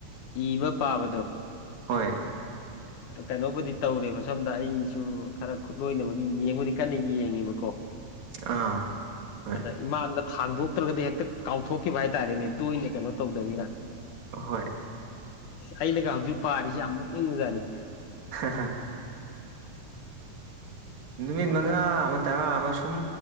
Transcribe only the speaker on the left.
ꯏꯕ ꯄꯥꯕꯗꯣ
ꯀꯩꯅꯣꯕꯨꯗꯤ ꯇꯧꯔꯦꯕ ꯁꯣꯝꯗ ꯑꯩꯁꯨ ꯈꯔ ꯈꯨꯠꯂꯣꯏꯅꯕꯒꯤ ꯌꯦꯡꯕꯨꯗꯤ ꯀꯟꯅ ꯌꯦꯡꯉꯤꯕꯀꯣ
ꯑꯗ ꯏꯃꯥꯡꯗ ꯊꯥꯡꯗꯣꯛꯇ꯭ꯔꯒꯗꯤ ꯍꯦꯛꯇ ꯀꯥꯎꯊꯣꯛꯈꯤꯕ ꯍꯥꯏ ꯇꯔꯦꯅꯦ ꯇꯣꯏꯅ ꯀꯩꯅꯣ ꯇꯧꯗꯅꯤꯅ
ꯑꯩꯅꯒ ꯍꯧꯖꯤꯛ ꯄꯥꯔꯤꯖꯦ ꯌꯥꯝ ꯅꯣꯛꯅꯤꯡꯕꯖꯥꯠꯅꯤ
<inaudible>